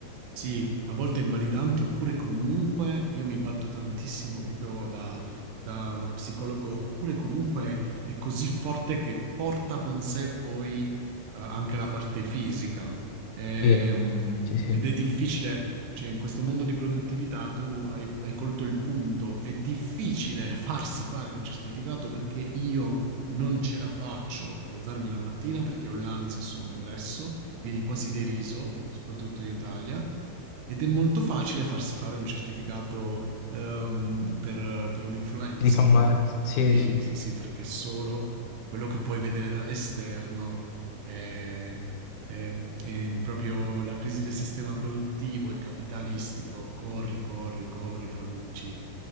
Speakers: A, on the right; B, on the left.
A: Sì, a volte è invalidante, oppure comunque io mi batto tantissimo proprio da, da- da psicologo, oppure comunque è così forte che porta con sé poi eh, anche la parte fisica. Ehm,
B: Sì, sì, sì.
A: ed è difficile, cioè in questo mondo di produttività tu hai, hai colto il punto, è difficile <laughs> farsi fare un certificato perché io non ce la faccio ad alzarmi la mattina perché ho l'ansia e sono depresso, vieni quasi deriso, soprattutto in Italia. Ed è molto facile farsi fare un certificato ehm, per, per un'influenza,
B: Ti fa male.
A: no?
B: Sì,
A: Sì,
B: sì.
A: sì, sì, perché solo quello che puoi vedere dall'esterno è, è- è proprio la crisi del sistema produttivo e capitalistico. Corri, corri, corri, produci,